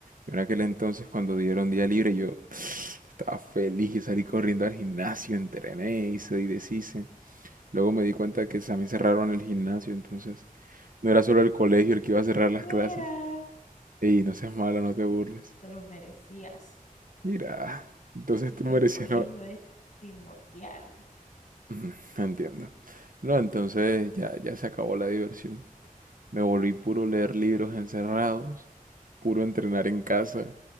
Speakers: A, on the right; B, on the left.
A: yo en aquel entonces cuando dieron día libre, yo <sniffs> estaba feliz, yo salí corriendo al gimnasio, entrené, hice y deshice. Luego me di cuenta que también cerraron el gimnasio, entonces no era solo el colegio el que iba a cerrar las
B: fuera.
A: clases. Ey, no seas malo, no te burles.
B: Te lo merecías,
A: Mira, entonces
B: porque
A: tú merecías
B: el colegio
A: no.
B: es primordial.
A: Ujú, Entiendo. No, entonces ya, ya se acabó la diversión. Me volví puro leer libros encerrados, puro entrenar en casa,